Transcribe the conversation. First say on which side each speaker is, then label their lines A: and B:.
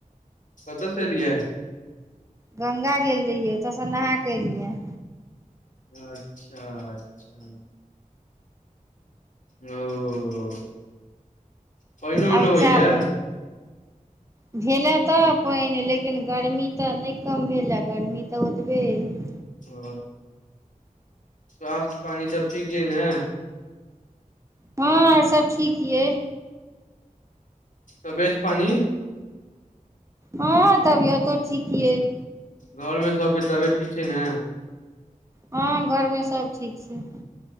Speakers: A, on the left; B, on the right.
A: कतऽसँ एलियै
B: गंगा गेल रहियै ओतयसँ नहााक एलियै
A: अच्छा अच्छा ओ पानिओ उइनो
B: आ
A: होइया
B: चाब भेलए तऽ पाइन लेकिन गर्मी तऽ नहि कम भेलए गर्मी तऽ ओतबे अइ
A: ओ स्वस्थ पानि सब ठीक यऽ ने
B: हँ और सब ठीक यइ
A: तबियत पानि
B: हँ तबियतो ठीक यैह
A: घोरमे सबके तबियत ठीक छै ने
B: हँ घोरमे सब ठीक छै